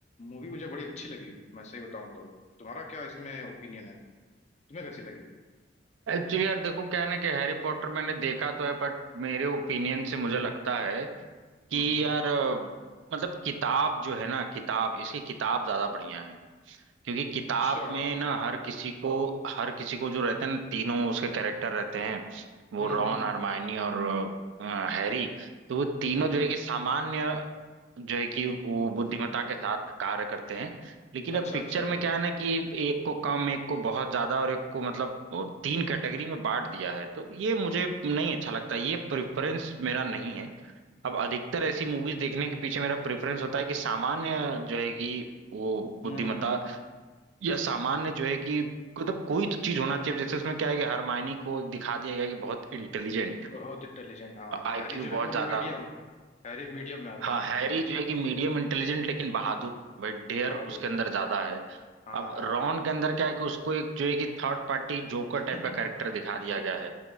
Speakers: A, on the left; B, on the right.
A: मूवी मुझे बड़ी अच्छी लगी मैं सही बताऊँ तो तुम्हारा क्या इसमें ओपिनियन है तुम्हें कैसी लगी
B: एक्चुअली यार देखो क्या है ना कि हैरी पॉटर मैंने देखा तो है बट मेरे ओपिनियन से मुझे लगता है कि
A: हम्म
B: यार अ, मतलब किताब जो है ना किताब इसकी किताब ज्यादा बढ़िया है क्योंकि किताब
A: अच्छा
B: में ना हर किसी को हर किसी को जो रहते हैं ना तीनों उसके कैरेक्टर रहते हैं वो
A: हम्म
B: रॉन
A: हम्म
B: हरमाइनी और अ, हैरी तो वो तीनों जो है कि सामान्य जो है कि वो बुद्धिमत्ता के साथ कार्य करते हैं लेकिन अब
A: अच्छा
B: पिक्चर
A: अच्छा
B: में क्या है ना कि एक को कम एक को बहुत ज्यादा और एक को मतलब वो तीन कैटेगरी में बांट दिया है तो ये मुझे नहीं अच्छा लगता ये प्रेफरेंस मेरा नहीं है अब अधिकतर ऐसी मूवीज देखने के पीछे मेरा प्रेफरेंस होता है कि सामान्य जो है कि वो
A: हम्म
B: बुद्धिमत्ता
A: हम्म,
B: या सामान्य जो है कि मतलब कोई तो चीज होना चाहिए जैसे उसमें क्या है कि हरमायनी को दिखा दिया गया है कि बहुत इंटेलिजेंट
A: बहुत इंटेलिजेंट हाँ
B: आईक्यू
A: हैरी जो है
B: बहुत
A: वो
B: ज्यादा
A: मीडियम हैरी मीडियम में आता
B: हाँ
A: है
B: हैरी जो है कि मीडियम इंटेलिजेंट लेकिन बहादुर बट डेयर
A: बहादुर
B: उसके अंदर
A: हाँ
B: ज्यादा है
A: हाँ
B: अब रॉन के अंदर क्या है कि उसको एक जो है कि थर्ड पार्टी जोकर
A: <laughs>
B: टाइप का कैरेक्टर दिखा दिया गया है